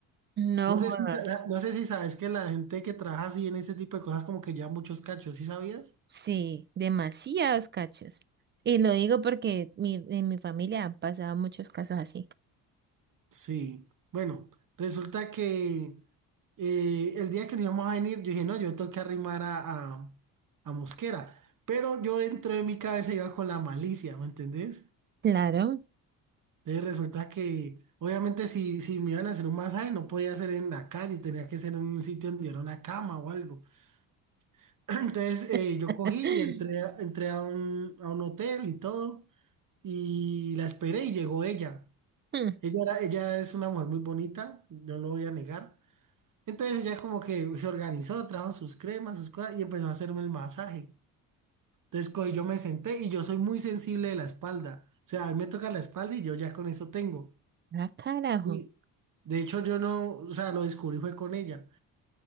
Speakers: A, on the right (about 25°); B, on the right (about 40°).
A: No
B: No sé
A: jodas.
B: si, no sé si sabes que la gente que trabaja así en ese tipo de cosas como que lleva muchos cachos, ¿sí sabías?
A: Sí, demasiados cachos. Y lo digo porque mi, en mi familia han pasado muchos casos así.
B: Sí, bueno, resulta que eh, el día que nos íbamos a venir, yo dije, no, yo tengo que arrimar a, a, a Mosquera, pero yo dentro de mi cabeza iba con la malicia, ¿me entendés?
A: Claro.
B: Entonces resulta que, obviamente, si, si me iban a hacer un masaje, no podía ser en la calle, tenía que ser en un sitio donde era una cama o algo. <clears throat> Entonces
A: <laughs>
B: eh, yo cogí y entré, a- entré a un, a un hotel y todo, y la esperé y llegó ella.
A: Hmm,
B: Ella, era- ella es una mujer muy bonita, no lo voy a negar. Entonces ya como que se organizó, trajo sus cremas, sus cosas y empezó a hacerme el masaje. Entonces cogí, yo me senté y yo soy muy sensible de la espalda. O sea, a mí me toca la espalda y yo ya con eso tengo.
A: Ah, carajo.
B: Y de hecho yo no, o sea, lo descubrí fue con ella.